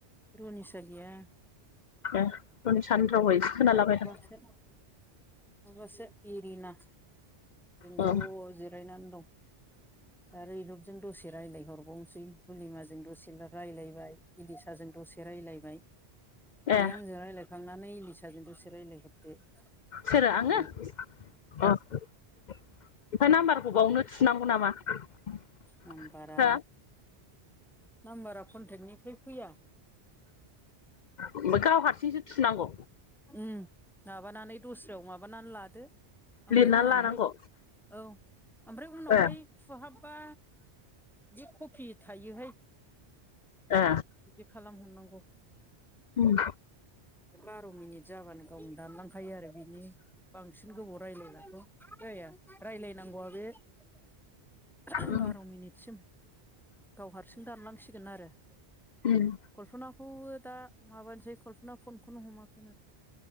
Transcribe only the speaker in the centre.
रुनिसा गैया
थोथ माबासो एरिना
जों ज' जिरायनानै दं आरो इरबजों दसे दसे रायजलायहरबावनोसै बुलिमाजों दसे रायजलायबाय, इलिसाजों दसे रायलायबाय दायो
आंजों रायज्लायखांनानै इलिसाजों दसे रायज्लायहरदो
औ
नाम्बारा
नाम्बारा कनटेक्टनिफ्राय फैया
उम माबानानै दस्रायाव माबानानै लादो ओमफ्राय
उनावहाय
औ ओमफ्राय उनावहाय
थुहाबबा जि कफि थायोहाय
बिदि खालामहरनांगौ
<unintelligible> <unintelligible> रायलायनांगौवा बे
<unintelligible>
कल्पनाखौबो दा माबानोसै कल्पना फनखौनो हमाखैमोन